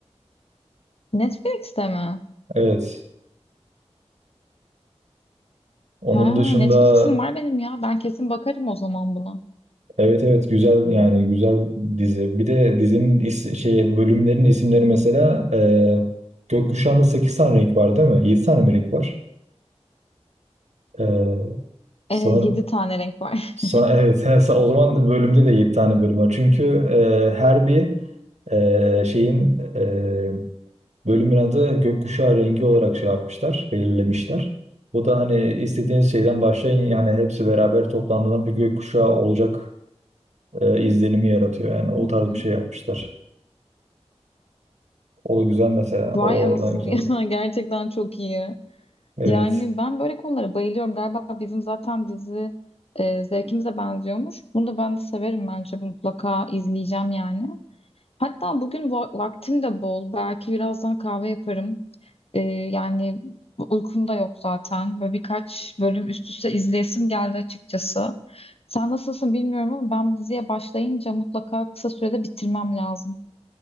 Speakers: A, on the left (about 60°); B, on the right (about 90°).
A: Netflix'te mi?
B: Evet. Onun
A: Ha,
B: dışında
A: Netflix'im var benim ya. Ben kesin bakarım o zaman buna.
B: evet evet güzel yani güzel dizi. Bir de dizinin is- şey bölümlerin isimleri mesela e, Gökkuşağı'nda 8 tane renk var değil mi? 7 tane mi renk var? E, sanırım
A: Ee, 7 tane renk var.
B: sa-
A: <laughs>
B: evet <laughs> he, o zaman bölümde de 7 tane bölüm var. Çünkü e, her bir e, şeyin ee, Bölümün adı gökkuşağı rengi olarak şey yapmışlar, belirlemişler. Bu da hani istediğiniz şeyden başlayın yani hepsi beraber toplandığında bir gökkuşağı olacak e, izlenimi yaratıyor. Yani o
A: Hı
B: tarz
A: hı.
B: bir şey yapmışlar. O güzel mesela.
A: Vay
B: O
A: anasını
B: oradan güzel.
A: <laughs> ya gerçekten çok iyi.
B: Evet.
A: Yani ben böyle konulara bayılıyorum. Galiba bizim zaten dizi e, zevkimize benziyormuş. Bunu da ben de severim bence mutlaka izleyeceğim yani. Hatta bugün va- vaktim de bol. Belki birazdan kahve yaparım. E, yani uykum da yok zaten. Böyle birkaç bölüm üst üste izleyesim geldi açıkçası. Sen nasılsın bilmiyorum ama ben diziye başlayınca mutlaka kısa sürede bitirmem lazım.